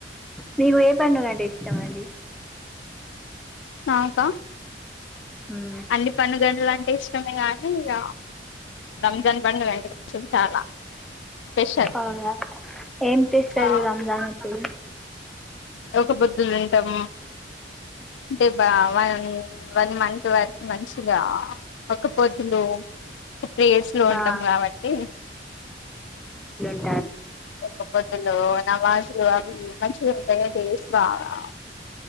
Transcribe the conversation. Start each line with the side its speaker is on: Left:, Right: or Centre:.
Centre: మీకు ఏ పండుగంటే ఇష్టం అండి
Left: నాకా
Centre: ఉమ్,
Left: అన్ని పండుగలం టే ఇష్టమే గానీ ఇగ రంజాన్ పండుగ అంటే కొంచెం చాలా స్పెషల్
Centre: అవునా ఏం చేస్తారు
Left: ఆ
Centre: రంజాన్ కి
Left: ఒక్కపొద్దులు ఉంటం, అంటే బావన్ వన్ మంత్ వరకు మంచిగా ఒక్కపొద్దులు ప్రేయర్స్ లో ఉంటం
Centre: ఆ,
Left: కాబట్టి
Centre: ఎడా
Left: ఒక్కపొద్దులు నమాజులు అవి మంచిగా ఉంటాయి డేస్ బాగా